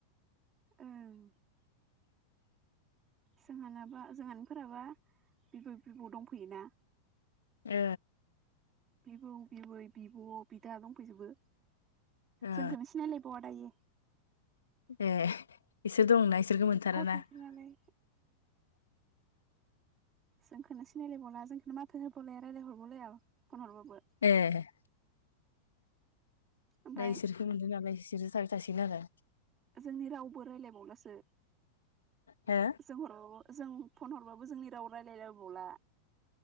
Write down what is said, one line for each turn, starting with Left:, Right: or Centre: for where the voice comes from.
Right: ओं जोंहानाबा जोंहानिफोराबा बिबै बिबौ दंफैयोना
Left: ओ
Right: बिबौ बिबै बिब' बिदा दंफैजोबो
Left: ओ
Right: जोंखोनो सिनायलायबावा दायो।
Left: ए इसोर दंना। इसोरखौ मोनथाराना।
Right: गथ'फोरनालाय
Left: <inaudible>
Right: जोंखोनो सिनायलायबावला जोंखोनो माथो होबावलाया रायलायहरबावलाया। फन हरबाबो।
Left: ए
Right: ओमफ्राय
Left: दा इसोरखो मोनदों नालाय इसोरजो थाबाय थासिगोन आरो।
Right: जोंनि रावबो रायलायबावलासो
Left: हो
Right: जों हरबाबो जों फन हरबाबो जोंनि राव रायलायलायबावला